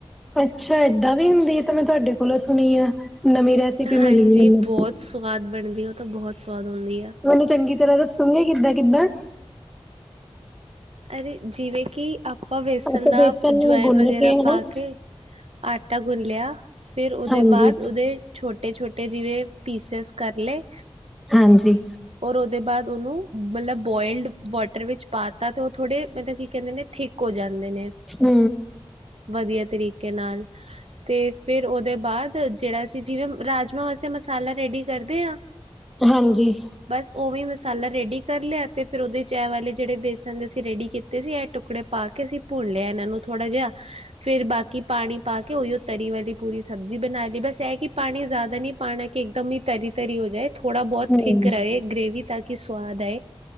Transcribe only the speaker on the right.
ਹਾਂਜੀ
ਬਹੁਤ ਸਵਾਦ ਬਣਦੀ ਆ ਉਹ ਤਾਂ ਬਹੁਤ ਸਵਾਦ ਹੁੰਦੀ ਆ।
ਅਰੇ ਜਿਵੇਂ ਕਿ ਆਪਾਂ ਵੇਸਣ
ਦਾ
ਜੁਆਇਨ
ਵਗੈਰਾ
ਪਾ ਕੇ, ਆਟਾ ਗੁੰਨ੍ਹ ਲਿਆ, ਫਿਰ ਉਹਦੇ
ਬਾਅਦ ਉਹਦੇ ਛੋਟੇ -ਛੋਟੇ ਜਿਵੇਂ ਪੀਸਿਸ ਕਰਲੇ।
ਔਰ ਉਹਦੇ ਬਾਅਦ ਉਹਨੂੰ ਮਤਲਬ ਬੋਆਈਲਡ ਵਾਟਰ ਵਿੱਚ ਪਾ ਦਿੱੱਤਾ ਤੇ ਉਹ ਥੋੜੇ ਮਤਲਬ ਕੀ ਕਹਿੰਦੇ ਨੇ ਥਿੱਕ ਥਿੱਕ ਹੋ ਜਾਂਦੇ ਨੇ।
ਵਧੀਆ ਤਰੀਕੇ ਨਾਲ ਤੇ ਫਿਰ ਉਹਦੇ ਬਾਅਦ ਜਿਹੜਾ ਅਸੀਂ ਜਿਵੇਂ ਰਾਜਮਾਂ ਵਾਸਤੇ ਮਸਾਲਾ ਰੈਡੀ ਕਰਦੇ ਆਂ।
ਬਸ ਉਵੇ ਈ ਮਸਾਲਾ ਰੈਡੀ ਕਰ ਲਿਆ ਤੇ ਫੇਰ ਉਹਦੇ ਚ ਇਹ ਵਾਲੇ ਜਿਹੜੇ ਬੇਸਨ ਦੇ ਅਸੀਂ ਰੈਡੀ ਕੀਤੇ ਤੇ ਅਸੀਂ ਇਹ ਟੁਕੜੇ ਪਾ ਕੇ ਅਸੀਂ ਭੁੰਨ ਲਿਆ ਇਹਨਾਂ ਨੂੰ ਥੋੜ੍ਹਾ ਜਿਹਾ। ਫਿਰ ਬਾਕੀ ਪਾਣੀ ਪਾ ਕੇ ਉਹੀਓ ਤਰੀ ਵਾਲੀ ਪੂਰੀ ਸਬਜ਼ੀ ਬਣਾ ਲਈ ਬਸ ਇਹ ਕਿ ਪਾਣੀ ਜ਼ਿਆਦਾ ਨਹੀਂ ਪਾਣਾ। ਕਿ ਇੱਕ ਦਮ ਹੀ ਤਰੀ- ਤਰੀ ਹੋ ਜਾਏ, ਥੋੜਾ ਬਹੁਤ
ਥਿਕ ਰਹੇ ਗ੍ਰੇਵੀ ਤਾਂ ਕਿ ਸਵਾਦ ਆਏ।